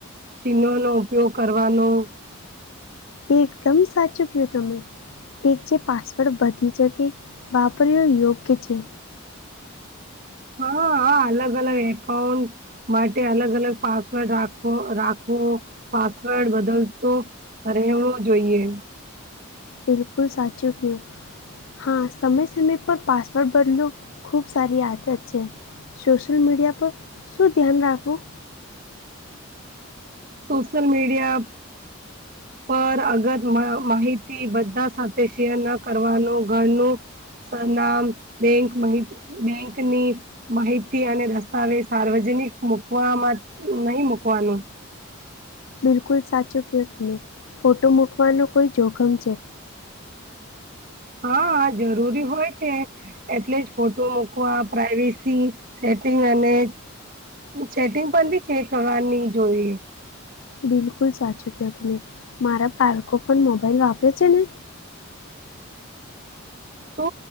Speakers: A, on the right (about 45°); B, on the left (about 70°).
A: ચિહનો નો ઉપયોગ કરવાનો.
B: એ એકદમ સાચું કયું તમે. એક જે પાસવર્ડ બધી જગ વાપર્યું યોગ્ય છે,
A: હા અલગ અલગ એકકાઉંન્ટ માટે અલગ અલગ પાસવર્ડ રાખવ રાખવો પાસવર્ડ બદલતો અરે એમું જોઈએ.
B: બિલકુલ સાચું કહો. હા સમય સમય પર પાસવર્ડ બદલોું ખૂબ સારી આદત છે, સોશિલ મીડિયા પર શું ધ્યાન રાખવું.
A: સોશલ મીડિયા પર અગત માહિતી બધા સાથે શેર ન કરવાનું ઘનું સર નામ બેંકહિત બેંકની માહિતી અને દસ્તાવેજ સાર્વજનિક મૂકવામાં નહી મૂકવાનું.
B: બિલકુલ સાચું કહો તમે ફોટો મૂકવાનું કોઈ જોખમ છે,
A: હા જરૂરી હોય તે. એટલે જ ફોટો મુકવા પ્રાઈવેસી સેટિંગ અને સેટિંગ પણ બી ચેક કરવાની જોઈએ.
B: બિલકુલ સાચું કહો તમે મારા બાળકો પણ મોબાઈલ વાપરે છે, ને
A: તો